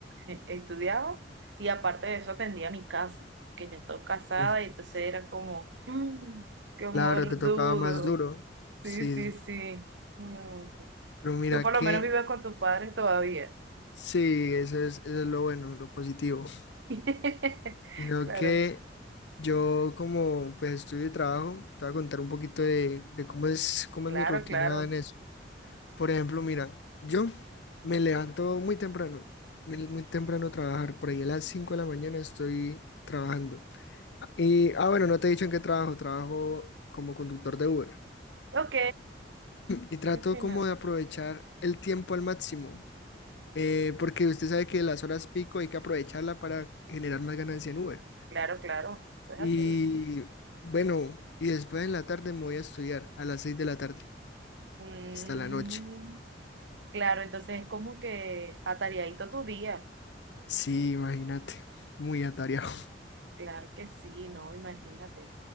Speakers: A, on the right; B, on the left.
A: eh, estudiaba y aparte de eso atendía mi casa, que ya estoy casada
B: Uf,
A: y entonces era como, "Mm, qué mordudo.
B: claro, te tocaba más duro. Sí,
A: Sí, sí, sí. Mm.
B: pero mira
A: Tú por lo
B: que
A: menos vives con tus padres todavía.
B: sí, eso es, eso es lo bueno, lo positivo.
A: <laughs>
B: Sino
A: Claro,
B: que yo como pues estudio y trabajo, te voy a contar un poquito de, de cómo es, cómo
A: claro,
B: es mi rutina
A: claro.
B: en eso. Por ejemplo, mira, yo me levanto muy temprano, muy, muy temprano a trabajar, por ahí a las 5 de la mañana estoy trabajando. Y, ah, bueno, no te he dicho en qué trabajo, trabajo como conductor de Uber.
A: Ok,
B: Y trato
A: ¿qué opinas?
B: como de aprovechar el tiempo al máximo, eh, porque usted sabe que las horas pico hay que aprovecharla para generar más ganancia en Uber.
A: Claro, claro, eso es
B: Y
A: así.
B: bueno, y después en la tarde me voy a estudiar a las 6 de la tarde
A: Mm,
B: hasta la noche.
A: Claro, entonces es como que atareadito tu día.
B: Sí, imagínate, muy atareado. <laughs>
A: Claro que sí, no, imagínate.